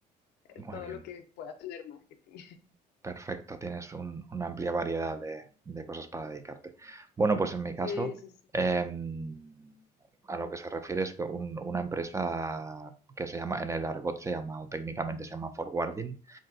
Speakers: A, on the left; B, on the right.
A: de
B: Muy
A: todo
B: bien,
A: lo que pueda tener marketing.
B: perfecto. Tienes un- una amplia variedad de, de cosas para dedicarte. Bueno, pues en mi caso,
A: Sí, sí, sí.
B: em, a lo que se refiere es que un- una empresa que se llama, en el argot se llama, o técnicamente se llama forwarding,